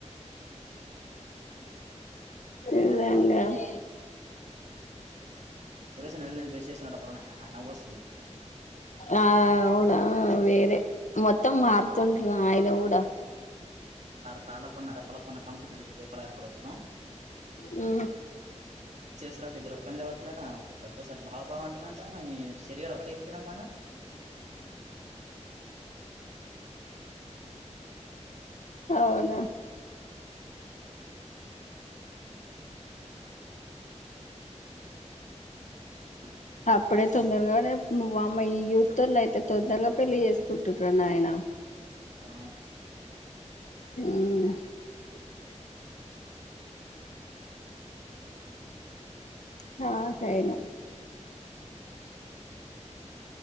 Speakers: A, on the left; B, on the right.
A: ఇలాంగా మ
B: సురేష్ అన్న నెల బ్రష్ చేస్తున్నడట పోరా నాయనా నాకు నవ్వొస్తుంది
A: ఆ అవుడా వేరే మొత్తం మారుతుండ ఆయన కూడా
B: ర అలా పన్న రప్పలా ప కౌన్ పలా ప <unintelligible>
A: ఉ
B: ఎద్దరు క పడుతున్న ఒక గడుకోసారి బావ బావ ఉంటుందంటారగా ఒకటి చెప్తున్నా మన
A: అవునా
B: ఆ
A: అప్పుడే తొందరగానే వమ్మ ఈ యూతులో అయితే తొందరగా పెళ్లి చేస్త కుట్టన్నాయనా
B: ఆ
A: హ్ హా కెయాను